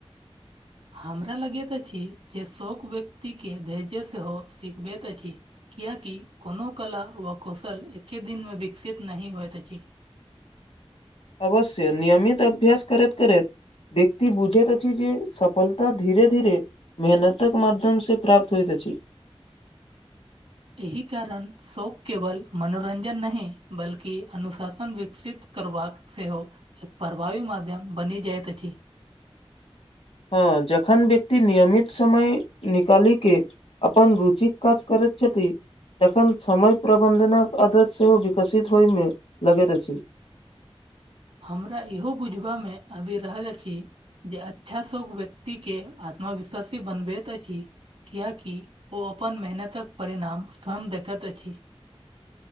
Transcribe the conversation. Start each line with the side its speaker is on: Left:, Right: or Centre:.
Right: हमरा लगैत अछि। जे शोक व्यक्ति के धैर्य सेहो सिखबैत अछि। कियाकि कोनो कला व कौशल एके दिन मे विकसित नहि होइत अछि।
Left: अवश्य नियमित अभ्यास करैत करैत व्यक्ति बुझैत अछि जे सफलता धीरे धीरे मेहनतक माध्यम से प्राप्त होइत अछि।
Right: एहि कारण शोक केवल मनोरंजन नहि बल्कि अनुशासन विकसित करबाक सेहो एक परभावी माध्यम बनी रहति अछि
Left: हँ जखन व्यक्ति नियमित समय निकाली के अपन रुचिक काज करैत छथि। एखन समय प्रबन्धनक आदत सेहो विकसित होइमे लगैत अछि।
Right: हमरा इहो बुझबा मे आबि रहल अछि। जे अच्छा सब व्यक्ति के आत्मविश्वासी बनबैत अछि। कियाकि ओ अपन मेहनतक परिणाम स्वयं देखैत अछि।